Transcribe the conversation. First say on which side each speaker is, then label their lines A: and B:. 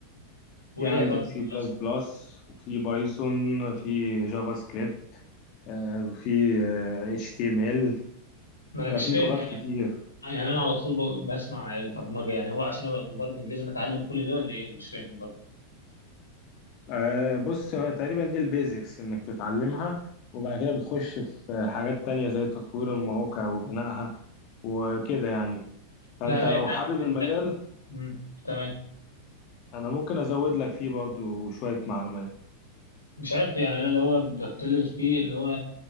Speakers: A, on the left; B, on the left.
A: في
B: وإيه
A: عندك
B: عبارة
A: سي
B: عن
A: بلس
B: إيه أصلا
A: بلس وفي بايثون في جافا سكريبت آه، وفي اتش تي ام ال
B: ما أنا
A: ففي
B: مش فاهم
A: لغات
B: يعني
A: كتير
B: يعني أنا على طول ب- بسمع برمجة يعني هو عشان أبقى مبرمج لازم أتعلم كل ده ولا إيه أنا مش فاهم برضه
A: آه بص هو تقريبا دي البيزكس انك تتعلمها وبعد كده بتخش في حاجات تانية زي تطوير المواقع وبنائها وكده يعني فانت
B: لا لا
A: لو
B: لا
A: حابب المجال
B: لا مم. تمام
A: انا ممكن ازود لك فيه برضو شوية معلومات
B: مش عارف يعني أنا اللي هو بتكلم فيه اللي هو